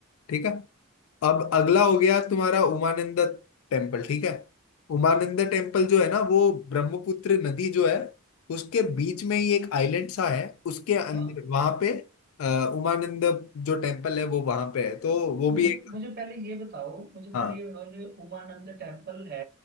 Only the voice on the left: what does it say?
ठीक है अब अगला हो गया तुम्हारा उमानंद टेम्पल ठीक है उमानंद टेम्पल जो है ना वो ब्रह्मपुत्र नदी जो है उसके बीच में ही एक आइलैंड सा है उसके अंदर
वहां पे अ, उमानंद जो टेम्पल है वो वहां पे है तो वो भी
एक
हाँ